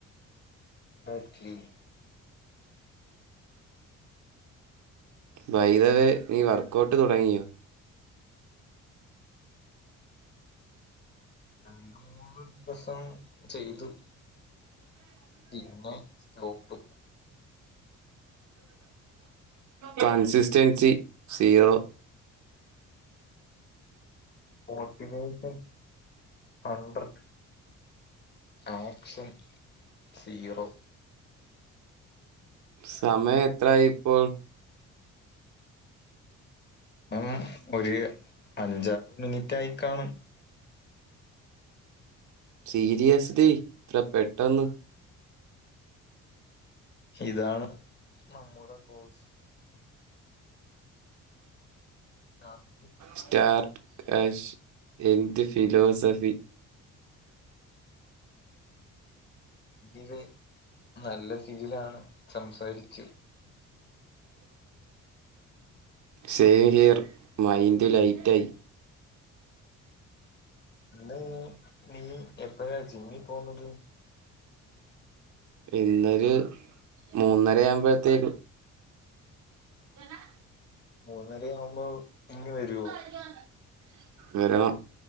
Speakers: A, on the left; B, on the right.
A: നോക്കി
B: ബൈ ദ വേ നീ വർക്കഔട്ട് തുടങ്ങിയോ?
A: രണ്ട് മൂന്ന് ദിവസം ചെയ്തു പിന്നെ nope
B: consistency zero
A: motivation hundred action zero
B: സമയം എത്രായി ഇപ്പോ?
A: എഹ് ഒരു അഞ്ചാറ് മിനിറ്റായിക്കാണും
B: സീരിയസലി ഇത്ര പെട്ടന്ന്
A: ഇതാണ് നമ്മുടെ കോഴ്സ് ആഹ്
B: സ്റ്റാർട്ട് ഹാഷ് എന്ത് ഫിലോസഫി
A: ഇത് നല്ല ഫീലാണ് സംസാരിക്കും
B: സേവ് ഹിയർ മൈൻഡ് ലൈറ്റായി
A: ഇന്ന് നീ എപ്പഴാ ജിമ്മീ പോകുന്നത്?
B: ഇന്നൊരു മൂന്നര ആവുമ്പോഴത്തേക്ക് സനാ
A: മൂന്നരയാവുമ്പോ ഇങ്ങ് വരോ?
B: <unintelligible> വരാം